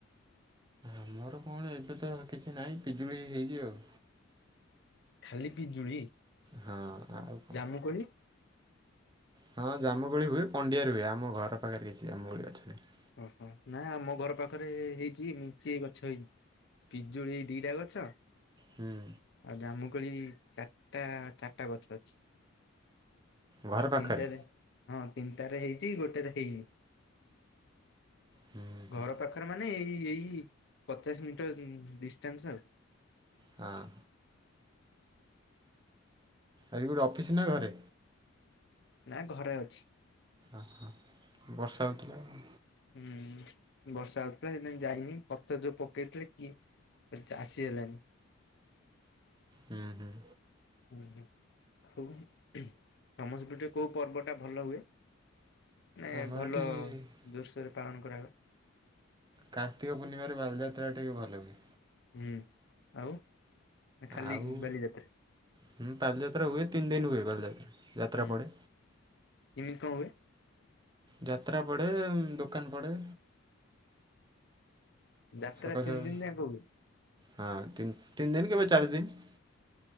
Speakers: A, on the right; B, on the left.
A: ଆମର କଣ ତ ଏବେ କିଛି ନାହିଁ ପିଜୁଳି ହେଇଚି ଆଉ।
B: ଖାଲି ପିଜୁଳି।
A: ହଁ ଆଉ କଣ?
B: ମୁଁ କହିଲି
A: ହଁ ଜାମୁକଳି ହୁଏ ପଣ୍ଡିଆରେ ହୁଏ ଆମ ଘର ପାଖରେ କିଛି ଜାମୁକୋଳି ଗଛ ନାହିଁ।
B: ଓହୋ ନା ଆମ ଘର ପାଖରେ ହେଇଛି ଲିଚି ଗଛ ହେଇଛି। ପିଜୁଳି ଦିଟା ଗଛ।
A: ହୁଁ।
B: ଆଉ ଜାମୁକଳି ଚାରିଟା ଚାରିଟା ଗଛ ଅଛି।
A: ଘର ପାଖରେ
B: ତିନିଟାରେ ହଁ ତିନିଟାରେ ହେଇଛି ଗୋଟୋରେ ହେଇନି।
A: ହୁଁ ହୁଁ
B: ଘର ପାଖରେ ମାନେ ଏଇ ଏଇ ପଚାଶ ମିଟର ଡିଷ୍ଟାନ୍ସ ଆଉ
A: ହଁ। ଆଜି ଗୋଟେ ଅଫିସ ନା ଘରେ?
B: ନା ଘରେ ଅଛି।
A: ଓହୋ ବର୍ଷା ହଉଥିଲା ଆଉ।
B: ହୁଁ ବର୍ଷା ହଉଥିଲା ସେଥିପାଇଁ ଯାଇନି ପଥର ଯୋଉ ପକେଇଥିଲେ କି? ଆସି ହେଲାଣି।
A: ହୁଁ ହୁଁ।
B: ହୁଁ ହୁଁ ହୁ ତମ ସେପଟେ କୋଉ ପର୍ବଟା ଭଲ ହୁଏ। ମାନେ
A: ଆମର
B: ଭଲ
A: ଏଠି
B: ଦୃଶ୍ୟରେ ପାଳନ କରାହେଲା।
A: କାର୍ତ୍ତିକ ପୂର୍ଣିମାରେ ବାଲିଯାତ୍ରା ଟିକେ ଭଲ ହୁଏ।
B: ହୁଁ ଆଉ ଖାଲି
A: ଆଉ
B: ବାଲିଯାତ୍ରା
A: ହଁ ବାଲିଯାତ୍ରା ହୁଏ ତିନି ଦିନ ହୁଏ ବାଲିଯାତ୍ରା? ଯାତ୍ରା
B: ହୁଁ
A: ପଡ଼େ।
B: କିମିତ ହୁଏ।
A: ଯାତ୍ରା ପଡ଼େ ଦୋକାନ ପଡ଼େ
B: ଯାତ୍ରା
A: ସକାଳୁ ସକାଳୁ
B: ତିନି ଦିନ ଯା କହୁଛି
A: ହଁ ତିନ ଦିନ କେବୋଇ ଚାରି ଦିନ